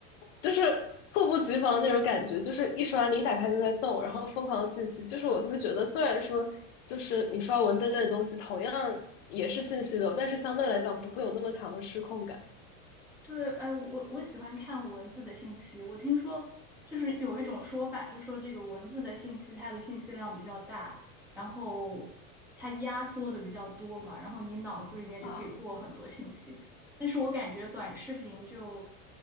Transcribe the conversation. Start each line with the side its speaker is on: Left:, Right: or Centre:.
Left: 就是猝不及防那种感觉，就是一刷你一打开就在动，然后疯狂的信息，就是我就会觉得，虽然说就是你刷文字类的东西同样也是信息流，但是相对来讲不会有那么强的失控感
Centre: 对，哎，我我喜欢看文字的信息。我听说，就是有一种说法，就说这个文字的信息，它的信息量比较大，然后它压缩的比较多嘛，然后你脑子里面就可以过很多信息。
Left: 啊，
Centre: 但是我感觉短视频就，